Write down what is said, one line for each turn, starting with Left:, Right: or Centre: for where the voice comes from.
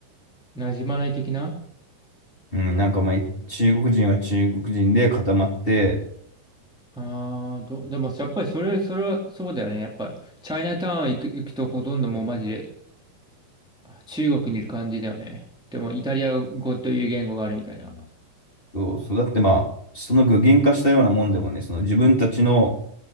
Centre: 馴染まない的な
Left: うん、なんかまあ中国人は中国人で固まって、
Centre: ああー、ど、でも、やっぱりそれ、それはそうだよね。やっぱ、チャイナタウン行く、行くとほとんどもうマジで中国にいる感じだよね。でも、イタリア語という言語があるみたいな。
Left: そうそう。だってまあ、その具現化したようなもんでもね、その自分たちの、